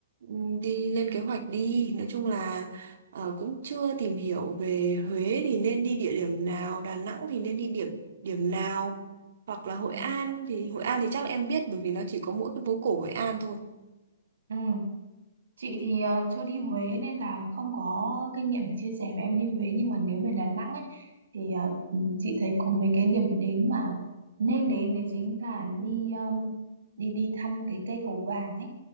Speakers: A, on the right; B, on the right.
A: ừm, đi lên kế hoạch đi nói chung là ờ, cũng chưa tìm hiểu về Huế thì nên đi địa điểm nào Đà Nẵng thì nên đi điểm điểm nào hoặc là Hội
B: Ừ.
A: An thì Hội An thì chắc là em biết bởi vì nó chỉ có mỗi cái phố cổ Hội An thôi
B: Ừ. Chị thì ờ, chưa đi Huế nên là không có kinh nghiệm để chia sẻ với em đi Huế nhưng mà nếu về Đà Nẵng ấy thì ờ, ừ, chị thấy có mấy cái điểm đến mà nên đến đấy chính là đi ờm, đi đi thăm cái cây cầu vàng ấy